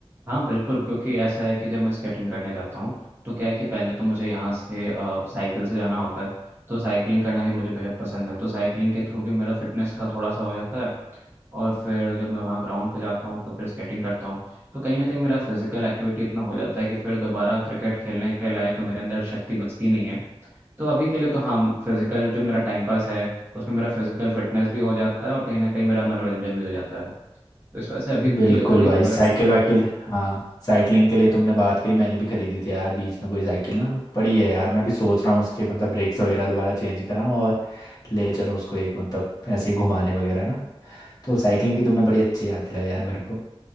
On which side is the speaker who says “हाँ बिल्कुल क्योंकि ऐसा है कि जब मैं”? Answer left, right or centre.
Right